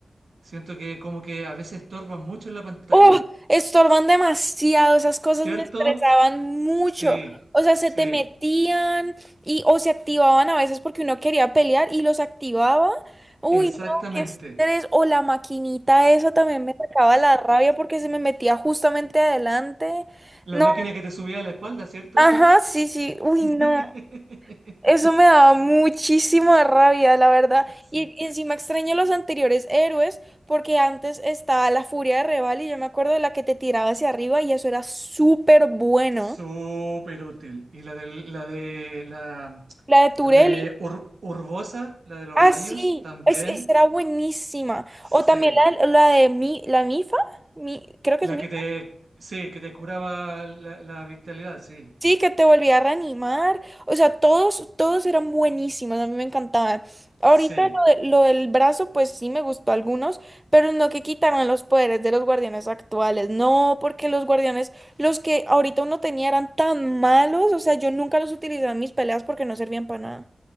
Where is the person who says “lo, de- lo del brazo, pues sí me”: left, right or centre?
Right